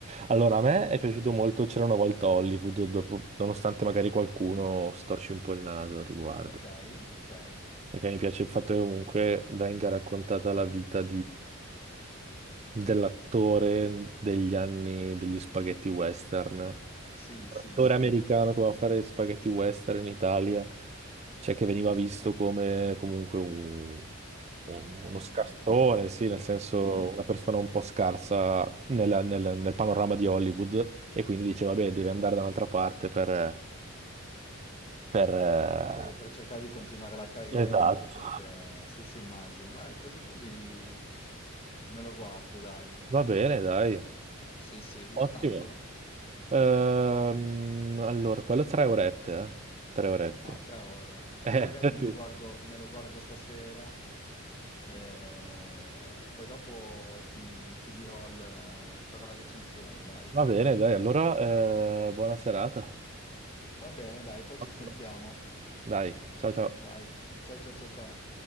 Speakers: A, on the right; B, on the left.
A: Allora, a me è piaciuto molto C'era una volta Hollywood, dopo- nonostante magari qualcuno storci un po' il naso al riguardo.
B: Ok, ok.
A: Perché mi piace il fatto che comunque venga raccontata la vita dell'attore degli anni degli spaghetti western.
B: Sì,
A: L'attore
B: sì, sì,
A: americano che va a fare spaghetti western in Italia, cioè che veniva visto come comunque un- un- uno
B: Un-
A: scarsone, sì, nel senso
B: sì.
A: una persona un po' scarsa nel, nel- nel panorama di Hollywood e quindi dice, vabbè, deve andare da un'altra parte per... per eh,
B: Per, per cercare di continuare la carriera,
A: Esatto.
B: anche perché, sì, sì, immagino, Eh, quasi quasi mi- me lo guardo, dai.
A: Va bene, dai.
B: Sì, sì, dura
A: Ottimo.
B: tanto?
A: Ehm, allora, quello tre orette, eh? Tre orette.
B: Ah, tre ore.
A: Eh,
B: Eh, magari
A: <laughs>
B: me
A: sì.
B: lo guardo, me lo guardo stasera, Eh, poi dopo ti, ti dirò, il- ti farò la recensione, dai.
A: Va bene, dai, allora, eh, buona serata.
B: Va bene, dai, poi
A: Ottimo.
B: ci sentiamo.
A: Dai, ciao ciao.
B: Dai, ciao, ciao, ciao, ciao.